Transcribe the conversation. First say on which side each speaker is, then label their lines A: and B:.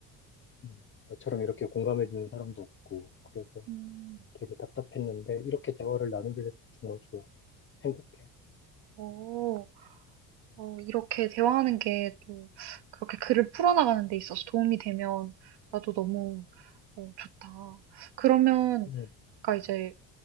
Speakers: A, on the left; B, on the right.
A: 음, 나처럼 이렇게 공감해주는 사람도 없고, 그래서
B: 음,
A: 되게 답답했는데, 이렇게 대화를 나누게 돼서 정말 좋아. 행복해.
B: 오. 어, 이렇게 대화하는 게 또 그렇게 글을 풀어나가는 데 있어서 도움이 되면 나도 너무 어, 좋다. 그러면
A: 음,
B: 아까 이제